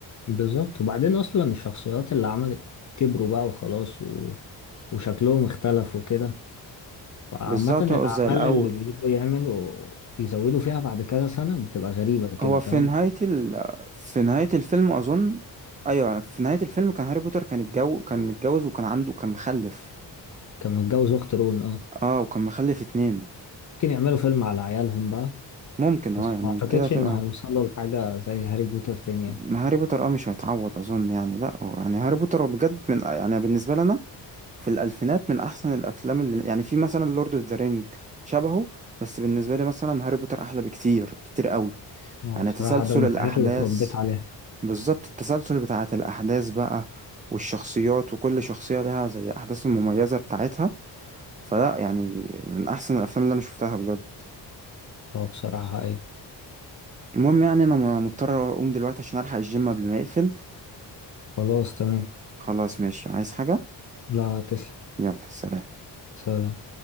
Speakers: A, on the left; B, on the right.
A: بالظبط وبعدين اصلا الشخصيات اللي عملت كبروا بقى وخلاص و... وشكلهم اختلف وكده فعامة
B: بالظبط
A: الاعمال
B: بقوا زي الاول
A: اللي بيجوا يعملوا يزودوا فيها بعد كذا سنة بتبقى غريبة كده
B: هو
A: فاهم
B: في نهاية ال... في نهاية الفيلم أظن أيوة في نهاية الفيلم كان هاري بوتر كان الجو كان متجوز وكان عنده كان مخلف
A: كان متجوز اخت رون اه
B: اه وكان مخلف اتنين
A: ممكن يعملوا فيلم على عيالهم بقى
B: ممكن
A: بس
B: اه يعني
A: ما اعتقدش
B: كده تبقى
A: ان هيوصلوا لحاجة زي هاري بوتر تاني يعني.
B: ما هاري بوتر اه مش هيتعوض أظن يعني لأ هو يعني هاري بوتر هو بجد من يعني بالنسبة لنا في الألفينات من أحسن الأفلام اللي يعني في مثلا لورد اوف ذا رينج شبهه بس بالنسبة لي مثلا هاري بوتر أحلى بكتير بكتير قوي
A: هو
B: يعني
A: بصراحة
B: تسلسل
A: ده من
B: الأحداث
A: الحاجات اللي اتربيت عليها
B: بالظبط التسلسل بتاعة الأحداث بقى والشخصيات وكل شخصية لها زي أحداث المميزة بتاعتها فلا يعني من أحسن الأفلام اللي أنا شفتها بجد
A: هو بصراحة أيوة
B: المهم يعني أنا م- مضطر أقوم دلوقتي عشان ألحق الجيم قبل ما يقفل
A: خلاص تمام
B: خلاص ماشي عايز حاجة
A: لا تسلم
B: يلا سلام
A: سلام